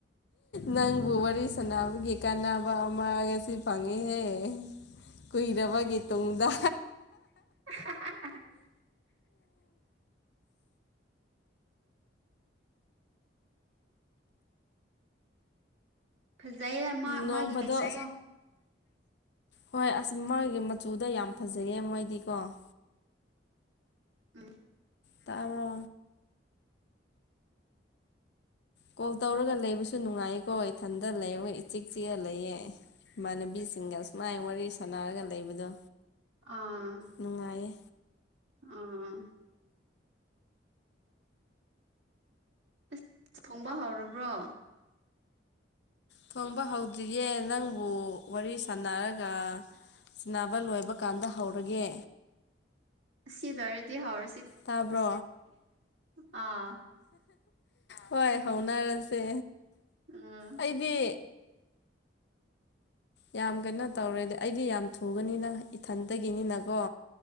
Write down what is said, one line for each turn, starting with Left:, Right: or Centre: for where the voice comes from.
Left: ꯅꯪꯕꯨ
Right: ꯎꯝ
Left: ꯋꯥꯔꯤ ꯁꯥꯟꯅꯕꯒꯤ ꯀꯥꯟꯅꯕ ꯑꯃ ꯉꯁꯤ ꯐꯪꯉꯦꯍꯦ ꯀꯨꯏꯔꯕꯒꯤ ꯇꯨꯡꯗ
Right: ꯎꯝ ꯐꯖꯩꯌꯦ ꯃꯥ
Left: ꯅꯣꯡ
Right: ꯃꯥꯒꯤ
Left: ꯐꯥꯗꯣꯛ
Right: ꯂꯩꯁꯨ ꯀꯣ
Left: ꯍꯣꯏ ꯑꯁ ꯃꯥꯒꯤ ꯃꯆꯨꯗ ꯌꯥꯝ ꯐꯖꯩꯌꯦ ꯃꯣꯏꯗꯤꯀꯣ ꯎꯝ
Right: ꯑ
Left: ꯇꯥꯔꯣ ꯀꯣꯜ ꯇꯧꯔꯒ ꯂꯩꯕꯁꯨ ꯅꯨꯡꯉꯥꯏꯌꯦꯀꯣ ꯏꯊꯟꯇ ꯂꯩꯔꯒ ꯏꯆꯤꯛ ꯆꯤꯛꯑ ꯂꯩꯌꯦ ꯏꯃꯥꯟꯅꯕꯤꯁꯤꯡꯒ ꯁꯨꯃꯥꯏ ꯋꯥꯔꯤ ꯁꯥꯟꯅꯔꯒ ꯂꯩꯕꯗꯣ
Right: ꯑꯥ
Left: ꯅꯨꯡꯉꯥꯏꯌꯦ
Right: ꯑꯥ ꯑꯁ ꯈꯣꯡꯕ ꯍꯧꯥꯎꯔꯕ꯭ꯔꯣ
Left: ꯊꯣꯡꯕ ꯍꯧꯗ꯭ꯔꯤꯌꯦꯦ ꯅꯪꯕꯨ ꯋꯥꯔꯤ ꯁꯥꯟꯅꯔꯒ ꯁꯤꯕ ꯂꯣꯏꯕ ꯀꯥꯟꯗ ꯍꯧꯔꯒꯦ
Right: ꯑ ꯁꯤ ꯂꯣꯔꯗꯤ ꯍꯔ
Left: ꯇꯥꯕ꯭ꯔꯣ
Right: ꯑꯥ
Left: ꯍꯣꯏ ꯍꯧꯅꯔꯁꯤ ꯁꯦ
Right: ꯎꯝ
Left: ꯑꯩꯗꯤ ꯌꯥꯝ ꯀꯩꯅꯣ ꯇꯧꯔꯦꯗꯤ ꯑꯩꯗꯤ ꯌꯥꯝ ꯊꯨꯕꯅꯤꯅ ꯏꯊꯟꯇꯒꯤꯅꯤꯅꯀꯣ